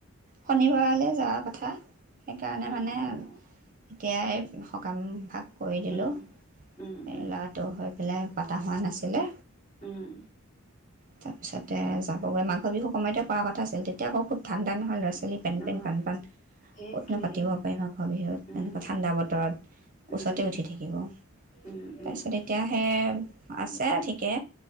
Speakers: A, on the right; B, on the left.
A: শনিবাৰলৈ যোৱাৰ কথা, সেইকাৰণে মানে।
B: অঁ অঁ
A: তেতিয়াই সকাম ভাগ। কৰি দিলোঁ
B: উম উম
A: এই
B: উম
A: ল'ৰাটো হৈ পেলাই, পাতা হোৱা নাছিলো
B: উম
A: তাৰপিছতে যাবগৈ মাঘৰ বিহু সময়তে কৰা কথা আছিল তেতিয়া আকৌ খুব। ঠাণ্ড নহ'য়। লৰা ছোৱালী পেন
B: অঁ
A: পেন পান পান,
B: সেইটোৱে
A: ক'তনো পাতিব পাৰিম মাঘৰ বিহু,
B: উম,
A: এনেকুৱা ঠাণ্ডা বতৰ কোচতে
B: উম,
A: উঠি থাকিব
B: উম,
A: তাৰপিছত
B: উম,
A: এতিয়াহে। আছে ঠিকে।